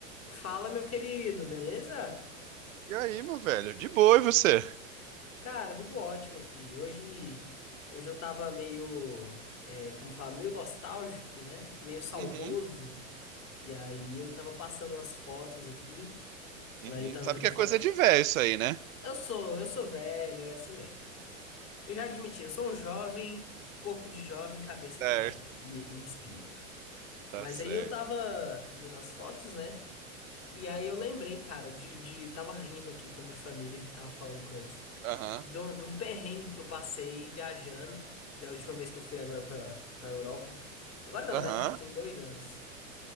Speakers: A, on the left; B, on the right.
A: Fala, meu querido, beleza?
B: E aí, meu velho? De boa, e você?
A: Cara, tudo ótimo aqui. Hoje, hoje eu tava meio, é, como fala, meio nostálgico, né? Meio saudoso.
B: Uhum,
A: E aí eu tava passando umas fotos aqui.
B: uhum.
A: Aí eu tava
B: Sabe
A: vendo
B: que é
A: foto.
B: coisa de velho isso aí, né?
A: Eu sou, eu sou velho, é assim mesmo. Eu já admiti, eu sou um jovem, corpo de jovem, cabeça
B: Certo,
A: de velho e, e espírito.
B: tá
A: Mas
B: certo.
A: aí eu tava vendo as fotos, né? E aí eu lembrei, cara, de, de, tava rindo aqui com a minha família, tava falando com eles.
B: Aham,
A: de um de um perrengue que eu passei viajando, da última vez que eu fui agora pra, pra Europa. Agora não,
B: aham.
A: né? Já tem dois anos.